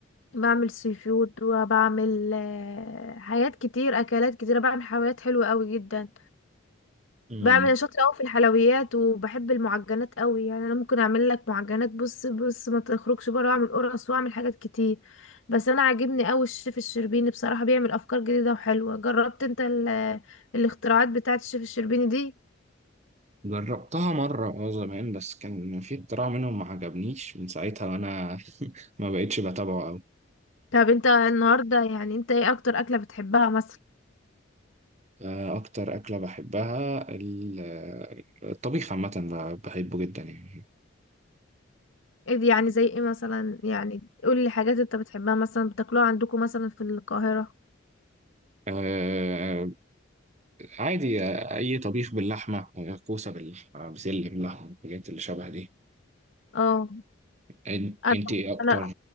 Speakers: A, on the left; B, on the right.
A: بعمل سي فود وبعمل آه، حاجات كتير اكلات كتيرة بعمل حلويات حلوة قوي جدا
B: مم،
A: بعمل أنا شاطرة أوي في الحلويات وبحب المعجنات أوي يعني أنا ممكن أعمل لك معجنات بص بص ما تخرجش بره وأعمل قرص وأعمل حاجات كتير بس أنا عاجبني أوي الشيف الشربيني بصراحة بيعمل أفكار جديدة وحلوة جربت أنت ال- <hesitation> الاختراعات بتاعة الشيف الشربيني دي
B: جربتها مرة اه زمان بس كان في اختراع منهم ما عجبنيش من ساعتها وانا ما بقتش بتابعه قوي
A: طب أنت النهاردة يعني أنت إيه أكتر أكلة بتحبها مثلا
B: آه، اكتر اكلة بحبها ال- الطبيخ عامة ب- بحبه جدا يعني
A: إيه دي يعني زي إيه مثلا يعني قولي حاجات أنت بتحبها مثلا بتاكلوها عندكم مثلا في القاهرة
B: آه، عادي آه، اي طبيخ باللحمة آه، كوسة باللحمة بسلة باللحمة الحاجات اللي شبه دي
A: اه
B: إن-
A: أنا
B: انت ايه اكتر
A: انا